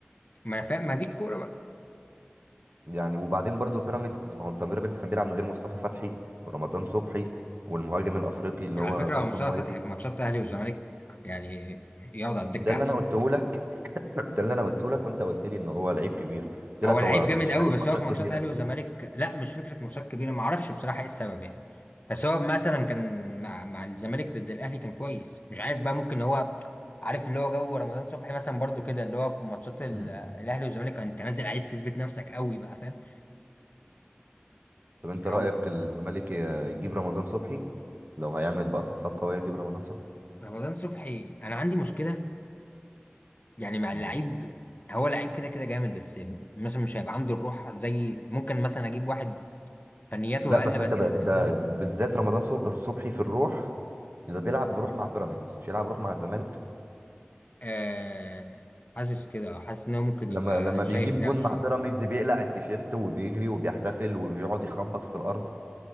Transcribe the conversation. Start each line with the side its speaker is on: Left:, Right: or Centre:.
Left: ما انا فاهم ما دي الكورة بقى
Right: يعني وبعدين برضو بيراميدز ما هو انت بيراميدز كان بيلعب من غير مصطفى فتحي ورمضان صبحي والمهاجم الافريقي اللي
Left: على
Right: هو
Left: فكرة
Right: فيستون
Left: هو مصطفى
Right: مايلي
Left: فتحي في ماتشات اهلي وزمالك يعني يقعد على الدكة
Right: ده اللي
Left: احسن
Right: انا قلته ده اللي انا قلته لك وانت قلت لي ان هو لعيب كبير قلت
Left: هو
Right: لك
Left: لعيب
Right: هو
Left: جامد
Right: مش
Left: قوي
Right: لعيب
Left: بس
Right: ماتشات
Left: هو في ماتشات
Right: كبيره
Left: اهلي وزمالك لا مش فكرة ماتشات كبيرة ما اعرفش بصراحة ايه السبب يعني بس هو مثلا كان مع مع الزمالك ضد الاهلي كان كويس مش عارف بقى ممكن هو عارف اللي هو جو رمضان صبحي مثلا برضو كده اللي هو في ماتشات ال-
Right: مم.
Left: الاهلي والزمالك انت نازل عايز تثبت نفسك قوي بقى فاهم
Right: طب انت رايك
Left: او
Right: الزمالك يجيب رمضان صبحي لو هيعمل بقى صفقات قويه يجيب رمضان صبحي
Left: رمضان صبحي انا عندي مشكلة يعني مع اللعيب
Right: مم.
Left: هو لعيب كده كده جامد بس مثلا مش هيبقى عنده الروح زي ممكن مثلا اجيب واحد فنياته
Right: لا بس
Left: اقل بس
Right: انت بقى
Left: يبقى
Right: ده
Left: عنده
Right: بالذات رمضان صب- صبحي في الروح ده بيلعب بروح مع بيراميدز مش يلعب روح مع الزمالك
Left: آه حاسس كده أو حاسس ان هو ممكن
Right: لما
Left: يبقى
Right: لما
Left: شايف
Right: بيجيب
Left: نفسه
Right: جون مع بيراميدز
Left: أو كده.
Right: بيقلع التيشيرت وبيجري وبيحتفل وبيقعد يخبط في الارض